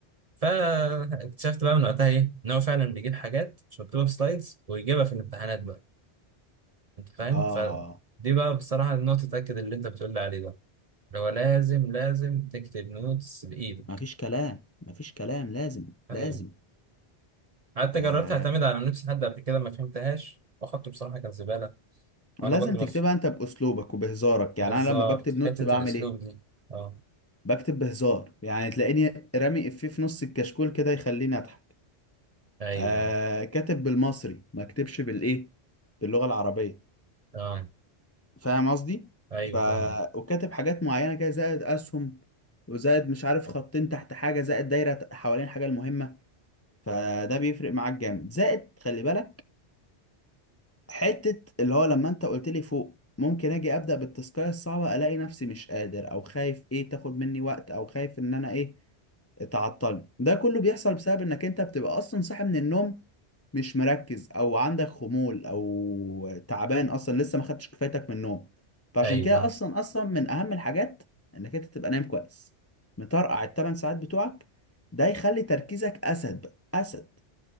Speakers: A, on the right (about 40°); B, on the left (about 20°).
A: فاكتشفت بقى من وقتها ايه ان هو فعلا بيجيب حاجات مش مكتوبه في سلايدز ويجيبها في الامتحانات بقى انت فاهم
B: اه
A: فدي بقى بصراحه النقطه تاكد اللي انت بتقول لي عليه ده اللي هو لازم لازم تكتب نوتس بايدك
B: مفيش كلام مفيش كلام لازم
A: ايوه
B: لازم
A: حتى
B: آه
A: جربت اعتمد على نوتس حد قبل كده ما فهمتهاش واخدته بصراحه كان زباله وانا
B: لازم
A: برضو
B: تكتبها انت باسلوبك وبهزارك يعني
A: بالظبط
B: انا لما بكتب نوتس
A: حتة
B: بعمل
A: الأسلوب
B: ايه
A: دي اه
B: بكتب بهزار يعني تلاقيني رامي افيه في نص الكشكول كده يخليني اضحك
A: أيوه
B: آه كاتب بالمصري ما اكتبش بالايه باللغة العربية
A: اه
B: فاهم قصدي
A: أيوه
B: ف
A: فاهم
B: وكاتب حاجات معينه كده زائد اسهم وزائد مش عارف خطين تحت حاجه زائد دايره حوالين الحاجه المهمه فده بيفرق معاك جامد زائد خلي بالك حتة اللي هو لما انت قلت لي فوق ممكن اجي ابدا بالتاسكايه الصعبه الاقي نفسي مش قادر او خايف ايه تاخد مني وقت او خايف ان انا ايه تعطلني ده كله بيحصل بسبب انك انت بتبقى اصلا صاحي من النوم مش مركز او عندك خمول او تعبان اصلا لسه ما خدتش كفايتك من النوم فعشان
A: أيوه
B: كده اصلا اصلا من اهم الحاجات انك انت تبقى نايم كويس مطرقع الثمان ساعات بتوعك ده يخلي تركيزك اسد بقى اسد